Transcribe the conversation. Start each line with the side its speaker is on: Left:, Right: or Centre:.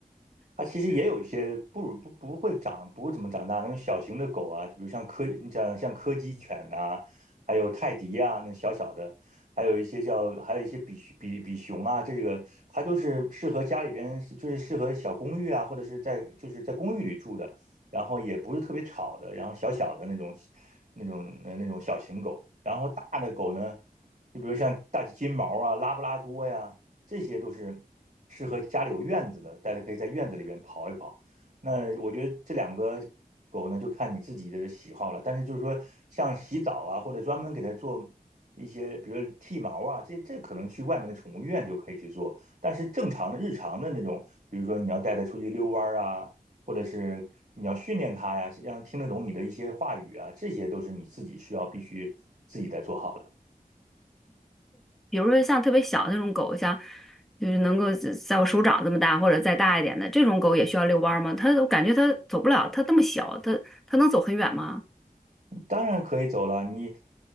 Right: 它其实也有一些不如不不会长不怎么长大那种小型的狗啊，就比如像柯你像像柯基犬呐、还有泰迪啊，那小小的，还有一些叫还有一些比熊比比熊啊，这个它就是适合家里边就是适合小公寓啊，或者是在就是在公寓里住的，然后也不是特别吵的，然后小小的那种那种呃那种小型狗，然后大的狗呢，就比如像大金毛啊、拉布拉多呀。这些都是适合家里有院子的，大家可以在院子里边跑一跑。那我觉得这两个狗呢，就看你自己的喜好了。但是就是说，像洗澡啊，或者专门给它做一些，比如剃毛啊，这这可能去外面的宠物医院就可以去做。但是正常的日常的那种，比如说你要带它出去遛弯啊，或者是你要训练它呀，让它听得懂你的一些话语啊，这些都是你自己需要必须自己在做好的。
Centre: 比如说像特别小的那种狗，像就是能够在在我手掌这么大或者再大一点的这种狗，也需要遛弯儿吗？它我感觉它走不了，它这么小，它它能走很远吗？
Right: 当然可以走了。你